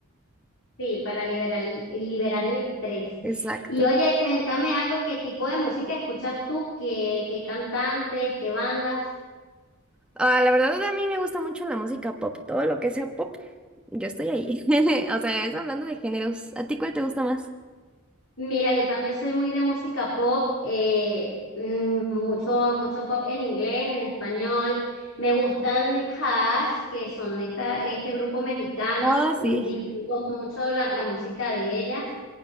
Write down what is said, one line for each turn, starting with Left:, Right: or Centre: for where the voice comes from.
Left: Sí, para liberar el, liberar el estrés.
Centre: Exacto.
Left: Y oye, cuéntame algo, ¿qué tipo de música escuchas tú? ¿Qué, qué cantantes? ¿Qué bandas?
Centre: Ah, la verdad a mí me gusta mucho la música pop, todo lo que sea pop, yo estoy ahí. <laughs> O sea, es hablando de géneros. ¿A ti cuál te gusta más?
Left: Mira, yo también soy muy de música pop, eh, mm, mucho, mucho pop en inglés, en español. Me gustan Hash, que son esta, este grupo mexicano.
Centre: Ah,
Left: Mm,
Centre: sí.
Left: Disfruto mucho la la música de ellas.